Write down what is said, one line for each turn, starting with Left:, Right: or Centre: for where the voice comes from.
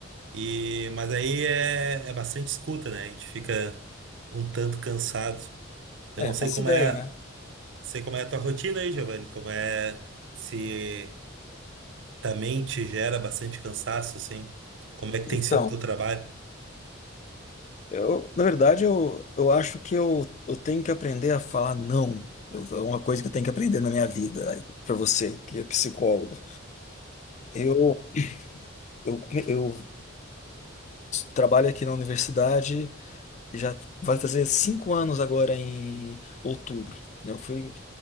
Right: E, mas aí é, é bastante escuta, né? A gente fica um tanto cansado. Eu
Left: É,
Right: não
Left: faço
Right: sei como
Left: ideia,
Right: é,
Left: né?
Right: sei como é a tua rotina aí, Giovanni, como é se também te gera bastante cansaço, assim. Como é que tem
Left: Então,
Right: sido o teu trabalho?
Left: eu, na verdade, eu, eu acho que eu, eu tenho que aprender a falar não. Eu- é uma coisa que eu tenho que aprender na minha vida, para você, que é psicólogo. Eu, Eu, eu trabalho aqui na universidade, já vai fazer cinco anos agora em outubro. né? Eu fui